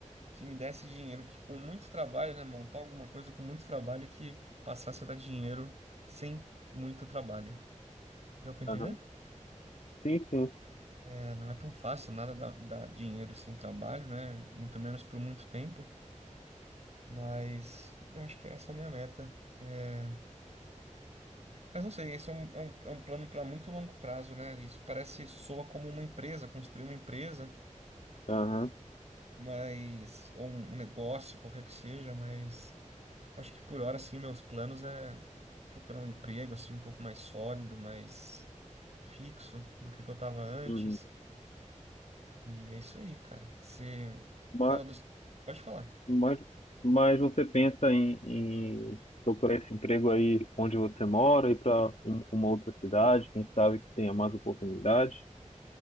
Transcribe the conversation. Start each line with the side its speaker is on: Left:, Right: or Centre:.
Right: que me desse dinheiro, que com muito trabalho, né, montar alguma coisa com muito trabalho que passasse a dar dinheiro sem muito trabalho. Deu para entender?
Left: Aham. Sim, sim.
Right: É, não é tão fácil, nada dá, dá dinheiro sem trabalho, né? Muito menos por muito tempo, mas eu acho que essa é a minha meta. É, Mas não sei, esse é um, é um, é um plano para muito longo prazo, né? Isso parece, soa como uma empresa, construir uma empresa,
Left: Aham.
Right: mas, ou um negócio, qualquer que seja, mas Acho que por hora, assim, meus planos é procurar um emprego, assim, um pouco mais sólido, mais fixo do que o que eu tava antes.
Left: Uhum.
Right: E é isso aí, cara. Você
Left: Mas,
Right: fala dos... Pode falar.
Left: mas, mas você pensa em, em procurar esse emprego aí onde você mora, ir para uma outra cidade, quem sabe que tenha mais oportunidades?